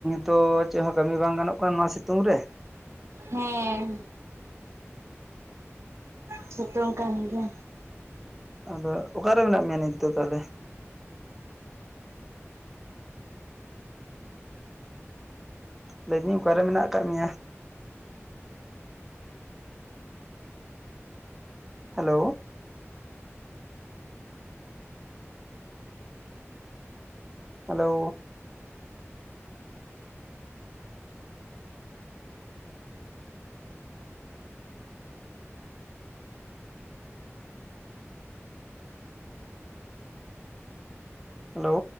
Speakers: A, in the centre; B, on the right.
A: ᱛᱚ ᱪᱮᱫ ᱦᱚᱸ ᱠᱟᱹᱢᱤ ᱵᱟᱝ ᱜᱟᱱᱚᱜ ᱠᱟᱱᱟ ᱱᱚᱣᱟ ᱥᱤᱛᱩᱝ ᱨᱮ ᱾
B: ᱦᱮᱸ ᱥᱤᱛᱩᱝ ᱠᱟᱱ ᱜᱮᱭᱟ
A: ᱟᱫᱚ ᱚᱠᱟᱨᱮ ᱢᱮᱱᱟᱜ ᱢᱮᱭᱟ ᱱᱤᱛ ᱫᱚ ᱛᱟᱦᱚᱞᱮ? ᱞᱟᱹᱭᱫᱟᱹᱧ ᱚᱠᱟᱨᱮ ᱢᱮᱱᱟᱜ ᱟᱠᱟᱫ ᱢᱮᱭᱟ? Hello hello hello